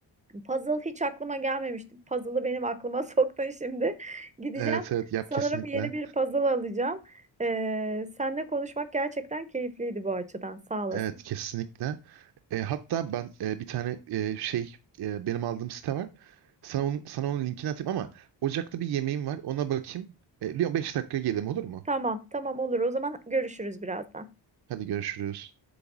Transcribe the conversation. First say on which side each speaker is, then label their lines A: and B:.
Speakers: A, on the right; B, on the right.
A: puzzle hiç aklıma gelmemişti. Puzzle'ı benim aklıma <laughs> soktun şimdi. Gideceğim.
B: Evet evet yap
A: Sanırım
B: kesinlikle.
A: yeni bir puzzle alacağım. Ee, seninle konuşmak gerçekten keyifliydi bu açıdan. Sağ olasın.
B: Evet kesinlikle. E, hatta ben e, bir tane e, şey e, benim aldığım site var. Sana onun, sana onun linkini atayım ama ocakta bir yemeğim var. Ona bakayım. E, 5 dakika gelelim olur mu?
A: Tamam, tamam olur. O zaman görüşürüz birazdan.
B: Hadi görüşürüz.